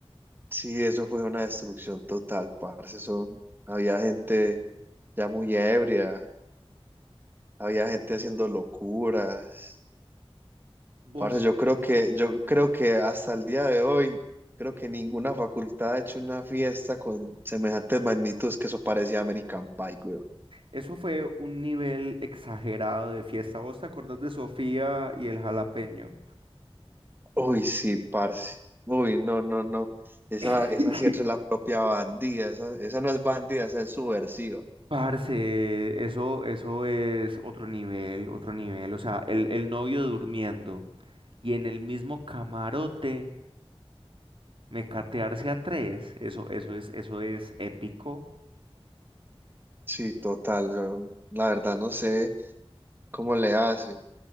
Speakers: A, on the right (about 20°); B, on the right (about 60°).
A: Sí, eso fue una destrucción total, parce. Eso, había gente ya muy ebria, había gente haciendo locuras.
B: Vos,
A: Parce, yo creo que, yo creo que hasta el día de hoy, creo que ninguna facultad ha hecho una fiesta con semejantes magnitudes que eso parecía American Pie, weón.
B: eso fue un nivel exagerado de fiesta. ¿Vos te acordás de Sofía y el jalapeño?
A: Uy, sí, parce. Uy, no, no, no. Esa,
B: <laughs>
A: esa sí es la propia bandida. Esa, esa no es bandida, esa es subversiva.
B: Parce, eso, eso es otro nivel, otro nivel. O sea, el, el novio durmiendo. y en el mismo camarote mecatearse a tres. Eso, eso es, eso es épico.
A: Sí, total. yo, la verdad no sé cómo le hace.